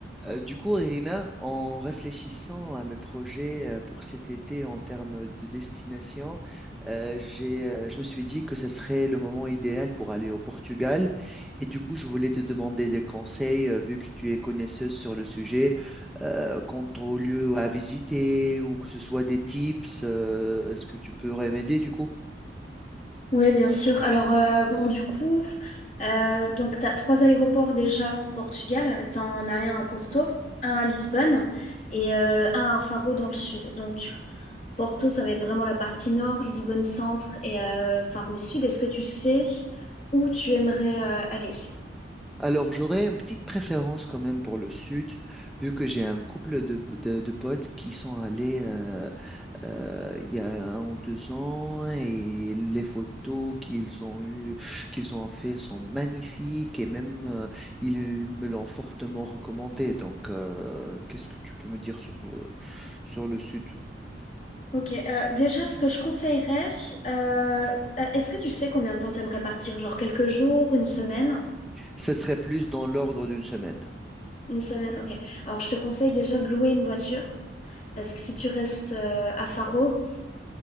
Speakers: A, in the centre; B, on the left (about 40°).
A: Euh, du coup, Irina, en réfléchissant à mes projets euh, pour cet été en termes de destination, euh, j'ai, euh, je me suis dit que ce serait le moment idéal pour aller au Portugal. Et du coup, je voulais te demander des conseils, euh, vu que tu es connaisseuse sur le sujet, euh, quant aux lieux à visiter ou que ce soit des tips, euh, est-ce que tu pourrais m'aider du coup?
B: Oui, bien sûr. Alors, euh, bon, du coup, euh, donc, tu as trois aéroports déjà au Portugal. Tu en as un à Porto, un à Lisbonne et euh, un à Faro dans le sud. Donc, Porto, ça va être vraiment la partie nord, Lisbonne centre et euh, Faro sud. Est-ce que tu sais où tu aimerais euh, aller?
A: Alors, j'aurais une petite préférence quand même pour le sud, vu que j'ai un couple de, de- de potes qui sont allés euh, euh, il y a un ou deux ans et les photos qu'ils ont eu, qu'ils ont fait sont magnifiques et même euh, ils me l'ont fortement recommandé. Donc, euh, qu'est-ce que tu peux me dire sur, euh, sur le sud?
B: Ok, euh, déjà, ce que je conseillerais, euh, euh, est-ce que tu sais combien de temps t'aimerais partir? Genre quelques jours, une semaine?
A: Ce serait plus dans l'ordre d'une semaine.
B: Une semaine, ok. Alors, je te conseille déjà de louer une voiture Parce que si tu restes euh, à Faro,